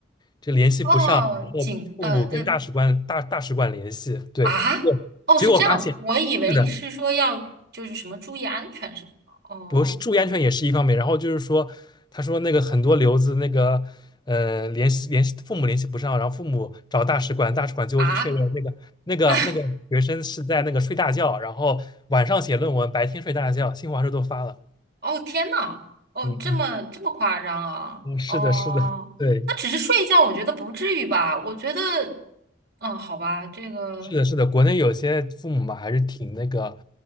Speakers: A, on the left; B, on the right.
A: 就联系不上，
B: 哦，
A: 然后父母跟大使馆大大使馆联系，
B: 警，呃呃
A: 对，
B: 啊，
A: 就结果发现
B: 哦是这样，我以为是说要就是什么注意安全什么的。
A: 是的，
B: 哦
A: 不是注意安全也是一方面，然后就是说，他说那个很多留子那个，呃，联系联系父母联系不上，然后父母找大使馆，大使馆最后就确认那个那个那个学生是在那个睡大觉，
B: 啊，<laughs>
A: 然后晚上写论文，白天睡大觉，新华社都发了。
B: 哦，天呐，哦，
A: 嗯嗯
B: 这么这么夸张啊？
A: 嗯，是的，
B: 哦，
A: 是的，对，
B: 那只是睡一觉，我觉得不至于吧？我觉得，嗯，好吧，这个
A: 是的，是的，国内有些父母嘛还是挺那个，